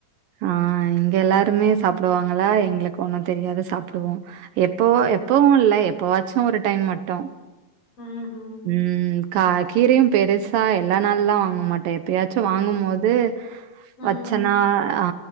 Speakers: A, on the right; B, on the left.
A: ஆ இங்க எல்லாருமே சாப்புடுவாங்களா எங்களுக்கு ஒண்ணு தெரியாது சாப்புடுவோ எப்போவோ
B: ஓஹோ
A: எப்பவு இல்ல எப்ப வாச்சு ஒரு டைம் மட்டு
B: ம்ம்
A: ம் கா கீரையு பெருசா எல்லா நாள்லா வாங்க மாட்டே எப்பயாச்சு வாங்கு போது
B: ம்
A: வச்சனா ஆ